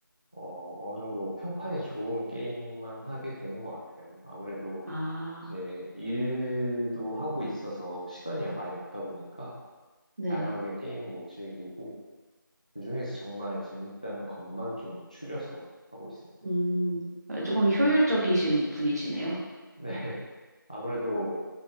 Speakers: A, on the left; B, on the right.
A: 어, 어느 정도 평판이 좋은 게임만 하게 되는 것 같아요. 아무래도
B: 아,
A: 이제 일도 하고 있어서 시간이 많이 없다 보니까
B: 네.
A: 다양하게 게임 못 즐기고 그중에서 정말 재밌다는 것만 좀 추려서 하고 있습니다.
B: 음, 조금 효율적이신 분이시네요.
A: 네. <laughs> 아무래도